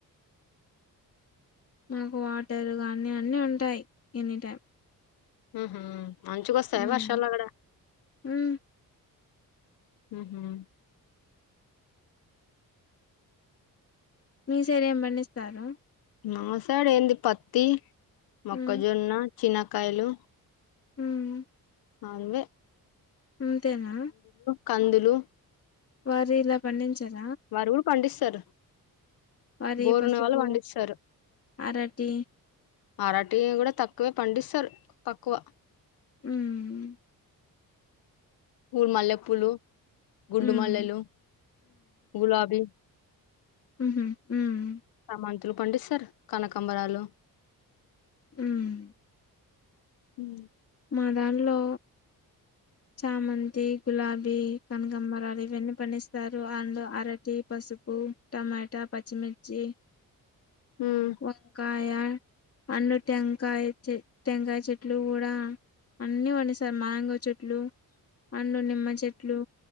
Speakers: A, on the left; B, on the left.
A: మాకు వాటరు కానీ అన్ని ఉంటాయి ఎనీ టైమ్
B: ఉహుమ్ మంచిగ వస్తాయ
A: మ్మ్
B: వర్షాలు అక్కడ
A: మ్మ్
B: ఉహుమ్
A: మీ సైడ్ ఏం పండిస్తారు
B: మా సైడు ఏంది పత్తి మొక్కజొన్న
A: మ్మ్
B: చినకాయలు
A: ఉమ్
B: అన్వే
A: అంతేనా
B: కందులు
A: వర ఇలా పండించర
B: వారువులు పండిస్తారు కూడా
A: వరి
B: బోరున్న
A: పసుపు
B: వాళ్ళు పండిస్తారు
A: అరటి
B: అరటీ కూడా తక్కువే పండిస్తారు తక్కువ
A: అమ్
B: పూ మల్లె పూలు గుండు
A: ఉమ్
B: మల్లెలు గులాబీ
A: ఉహుమ్ ఉమ్
B: మంతులు పండిస్తారు కనకంబరాలు
A: అమ్
B: హమ్
A: మా దానిలో చామంతి గులాబీ కనకంబరాలు ఇవన్నీ పండిస్త సరు అండ్ అరటి పసుపు టమాటా పచ్చిమిర్చి
B: ఉమ్
A: వంకాయ్ అయా అన్నూ టంకాయ చెటు టంకాయ చెట్లు కూడా అన్ని వండి సార్ మ్యాంగో చెట్లు అండ్ నిమ్మ చెట్లు